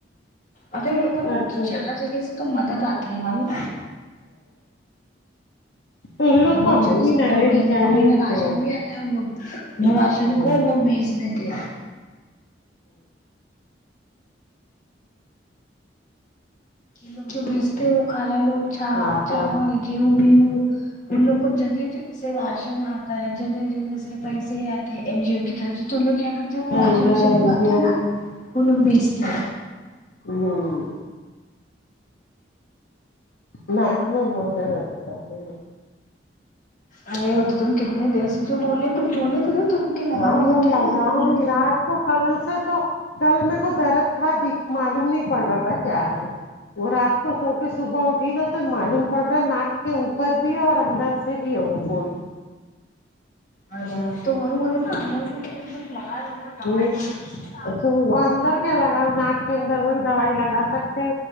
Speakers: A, on the left; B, on the left.
A: مطلب ان لوگ کو
B: کرتے
A: نا چار
B: ہیں
A: جگہ سے تو مدد آتی ہے معلوم
B: ہاں تو ان لوگ
A: بہت
B: کو
A: جگے
B: ہے ہی
A: سے مطلب
B: نارے
A: مہینے
B: بچارے
A: کا مہینہ
B: لوگ
A: راشن
B: کو
A: بھی آتا ہے لوگ راشن
B: ہوں
A: کو لوگ بھیج دیتے ہیں یہ لوگ جو بھیجتے ہیں وہ کلا لوگ
B: آتا
A: چاول گیہوں ہم لوگ کو جگہ جگہ سے راشن آتا ہے جگہ جگہ سے پیسے آتے ہیں این جی او کی طرف سے تو لوگ کیا کرتے ہیں
B: ادھر
A: وہ راشن
B: ادھر
A: واشن
B: این
A: جو آتا
B: جی
A: ہے
B: او
A: نا
B: میں
A: وہ لوگ بھیچتے ہیں
B: ہوں نک میں بہت درد ہو رہاہے
A: ارے وہ تو تم کتنے دن سے جو بولے تو بولے تھے نا تم کے لگانے
B: ہاں وہ
A: کا کیا
B: لگاؤں
A: لگانے بولے
B: گی
A: تھے
B: رات کل سے تو کل میں کو درد تھا معلوم نہیں پڑ رہا تھا کیا ہے وہ رات کو سو صبح اٹھی نا تو معلوم پڑ رہا ناک کے اوپر بھی ہے اور اندار سے بھی ہے وہ پوڑی
A: ارے تم بولے تھے اندار سے دوائی
B: ہ
A: ووائی
B: وہ اندر کیا لگاؤ ناک کے اندار وہی دوائی لگا سکتے